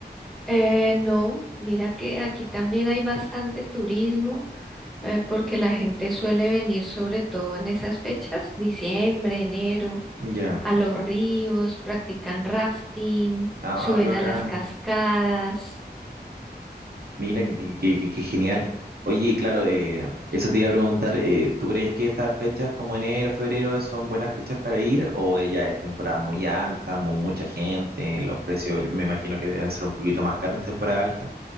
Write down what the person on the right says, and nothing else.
Ya.
Ah,
qué bacán.
Mira, qué, qué- qué- qué- qué genial. Oye, claro, eh, eso te iba a preguntar, eh, ¿tú crees que estas fechas como enero, febrero son buenas fechas para ir o eh, ya es temporada muy alta, mu- mucha gente, los precios yo me imagino que deben ser un poquito más caros en temporada alta?